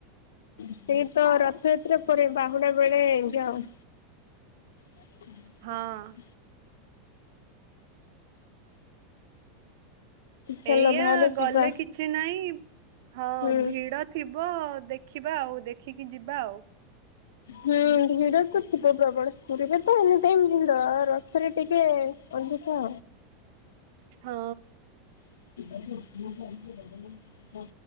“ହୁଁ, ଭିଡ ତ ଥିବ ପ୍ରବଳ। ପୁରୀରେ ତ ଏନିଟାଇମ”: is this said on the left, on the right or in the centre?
Left